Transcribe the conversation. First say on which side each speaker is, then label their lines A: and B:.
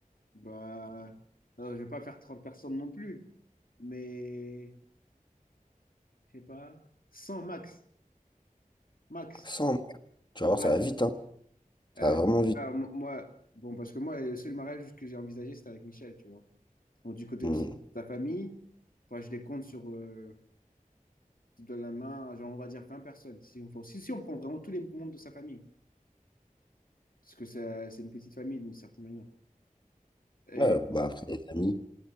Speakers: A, on the left; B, on the left.
A: Bah, non, je vais pas faire 30 personnes non plus. Mais, je sais pas, 100 max. Max.
B: 100. Tu vas voir,
A: Max.
B: ça va vite. Hein.
A: Ouais.
B: Ça va vraiment vite.
A: Ah, mo- moi, bon, parce que moi, le seul mariage que j'ai envisagé, c'était avec Michel, tu vois. Donc, du côté
B: Hmm.
A: de ta famille, enfin, je les compte sur. euh, tu donnes la main, à, genre, on va dire 20 personnes. Si on, si, si on prend vraiment tous les membres de sa famille, parce que ça- c'est une petite famille d'une certaine manière. Et
B: Ouais, bah, après, les amis,